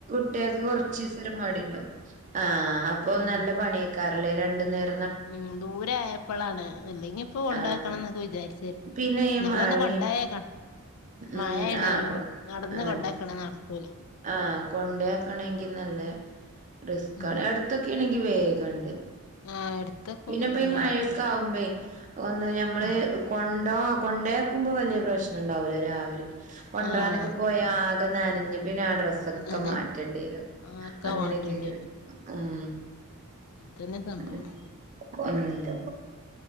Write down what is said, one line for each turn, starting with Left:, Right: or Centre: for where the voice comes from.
Right: കുട്ട്യാക്ക് കൊറ്ച്ചീസൊര് മടിണ്ടാവും ആഹ് അപ്പോ
Left: ഉം
Right: നല്ല പണ്യെയ്ക്കാരല്ലേ രണ്ട് നേര
Left: ഉം ദൂരായപ്പളാണ് അല്ലെങ്കിപ്പൊ കൊണ്ടാക്കണംന്നൊക്കെ
Right: ആഹ്
Left: വിചാരിച്ച്
Right: പിന്നെ ഈ
Left: ന്നാല്
Right: മഴയും
Left: ഒന്ന് കൊണ്ടേയാക്ക
Right: ഉം
Left: മഴയേണേനും
Right: ആഹ് കൊ
Left: നട്ന്ന്
Right: ആഹ്
Left: കൊണ്ടാക്ക്ണ് നട്ക്കൂല
Right: ആഹ് കൊണ്ടേയാക്കണെങ്കിനല്ലെ റിസ്ക്കാണ്
Left: ഉം
Right: അടുത്തൊക്കേണെങ്കി വേഗണ്ട്
Left: ആഹ് എടുത്തക്കുമ്പോ
Right: പിന്നെപ്പീ
Left: പിന്നെ
Right: മയൊക്കാവുമ്പെയ്
Left: കൊഴപ്പില്ല
Right: ഒന്ന് ഞമ്മള്
Left: ഉം
Right: കൊണ്ടോ കൊണ്ടെയാക്കുമ്പോ വല്യ പ്രശ്നണ്ടാവൂല രാവിലെ കൊണ്ട്
Left: ആഹ്
Right: രാനൊക്കെ പോയാ ആകെ നനഞ്ഞ് പിന്നാ ഡ്രസ്സ് ഇതൊക്കെ
Left: നന
Right: മാറ്റേണ്ട്യെരും
Left: ആഹ് ഒക്കെ
Right: അങ്ങനൊക്കേക്കരം
Left: മാറ്റേണ്ടി വരും
Right: ഉം
Left: അതന്നെ സംഭവം
Right: ഉം